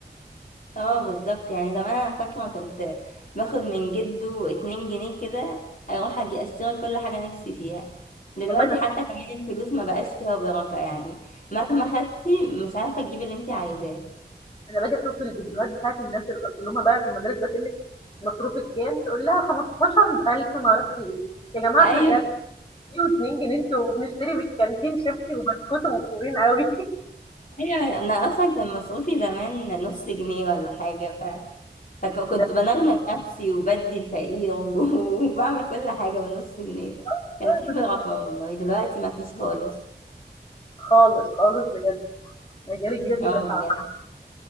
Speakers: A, on the left; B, on the left.
A: اه بالظبط يعني زمان انا فاكره كنت باخد من جده اتنين جنيه كده اروح اجي اشتري كل حاجه نفسي فيها دلوقتي
B: والله
A: حتى كمان الفلوس ما بقاش فيها بركه يعني مهما خدتي مش عارفه تجيبي اللي انت عايزاه
B: أنا باجي أشوف الفيديوهات بتاعة الناس ال اللي هم بقى في المدارس دلوقتي تقول لِك مصروفِك كام، تقول لها 15.000 ما أعرفش إيه، يا جماعة
A: ايوه
B: إحنا كام جنيه و2 جنيه أنتم وبنشتري من الكانتين شيبسي وبسكوت ومبسوطين أوي <laughs>
A: ايوه انا اصلا كان مصروفي زمان نص جنيه ولا حاجه ف فكنت
B: ده
A: بنغنى نفسي وبدي الفقير <laughs> وبعمل كل حاجه بنص جنيه ده
B: إحنا
A: كان في
B: كنا
A: بركه والله دلوقتي ما فيش خالص
B: خالص، خالص بجد، الأجيال الجديدة دي
A: اه
B: بشعة،
A: بجد